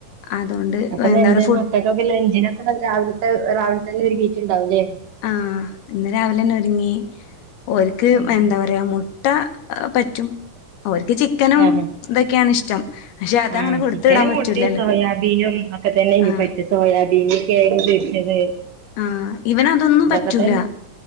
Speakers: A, on the left (about 80°); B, on the right (about 70°).
A: അതോണ്ട്
B: അപ്പൊ <unintelligible>
A: എന്താ പറയാ ഫുഡ്
B: ലഞ്ചിനൊക്കെ രാവിലത്തെ രാവില തന്നെ ഒരുങ്ങിട്ട് ഉണ്ടാവുംല്ലേ?
A: ആഹ ഇന്ന് രാവിലെന്നെ ഒരുങ്ങി ഒർക്ക്
B: ഉം
A: എന്താ പറയാ മുട്ട പറ്റും ഓർക്ക് ചിക്കനും
B: ആഹ്
A: തൊക്കെണ് ഇഷ്ടം. പക്ഷെ അതങ്ങനെ
B: ആഹ്
A: കൊടുത്ത്
B: ചിക്കനും
A: വിടാൻ പറ്റൂലല്ലോ
B: മുട്ടി സോയാബീനും ഒക്കെ തന്നെ ഞ്ഞിപ്പയ്റ്റ
A: ആഹ്
B: സോയാബീൻ, കേങ് പോര്ച്ചത്
A: ആഹ് ഇവനതൊന്നും
B: ത്തൊക്കെതന്നെ
A: പറ്റൂല